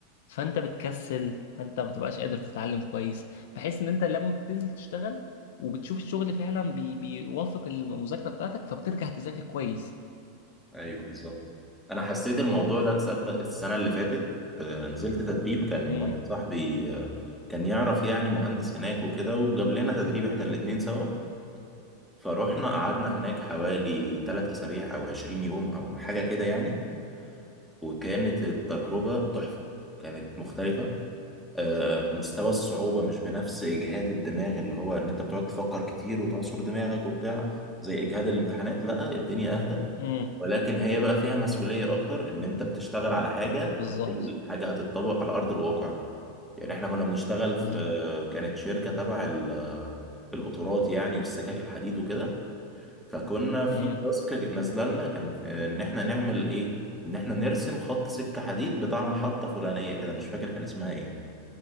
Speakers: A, on the left; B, in the centre.
A: فانت بتكسل فانت ما بتبقاش قادر تتعلم كويس بحيث ان انت لما بتنزل تشتغل وبتشوف الشغل فعلا بي بيوافق المذاكرة بتاعتك فبترجع تذاكر كويس
B: ايوه بالظبط انا حسيت الموضوع ده تصدق السنه اللي فاتت آه، نزلت تدريب كان
A: امم
B: واحد صاحبي آه، كان يعرف يعني مهندس هناك وكده وجاب لنا تدريب احنا الاتنين سوا فروحنا قعدنا هناك حوالي 3 اسابيع او 20 يوم او حاجه كده يعني وكانت التجربه تحفه كانت مختلفه آه، مستوى الصعوبة مش بنفس إجهاد الدماغ اللي هو إن أنت بتقعد تفكر كتير وتعصر دماغك وبتاع زي إجهاد الامتحانات لا الدنيا أهدى
A: امم
B: ولكن هي بقى فيها مسؤولية أكتر إن أنت بتشتغل على حاجة
A: بالظبط
B: ريل حاجة هتتطبق على أرض الواقع يعني إحنا كنا بنشتغل
A: بالظبط
B: في كانت شركة تبع ال- آه، القطارات يعني والسكك الحديد وكده فكنا في
A: امم
B: تاسك نازلة لنا كان في- إن إحنا نعمل إيه إن إحنا نرسم خط سكة حديد بتاع محطة فلانية كده مش فاكر كان اسمها إيه